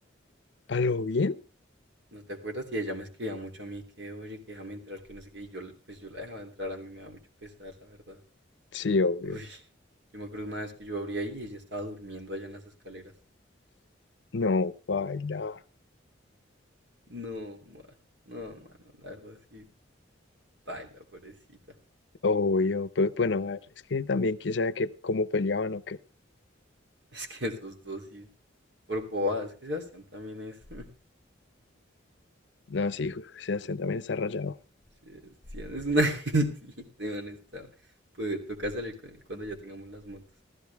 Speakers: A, on the left (about 60°); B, on the right (about 60°).
A: ¿A lo bien?
B: ¿no te acuerdas? Y ella me escribía mucho a mí que, oye, que déjame entrar, que no sé qué. Y yo, pues yo la dejaba entrar, a mí me da mucho pesar, la verdad.
A: Sí, obvio.
B: Uy, yo me acuerdo una vez que yo abrí ahí y ella estaba durmiendo allá en las escaleras.
A: No, baila,
B: No, ma, no, mano, la verdad sí, baila, pobrecita. <laughs>
A: obvio, pero bueno, a ver, es que también quién sabe que, cómo peleaban o qué.
B: Es que esos dos sí, por bobadas, es que Sebastián también es. <laughs>
A: No, sí, ju- Sebastián también está rayado.
B: Sebastián es una. <laughs> sí, Sebastián está. Pues toca salir con él cuando ya tengamos las motos.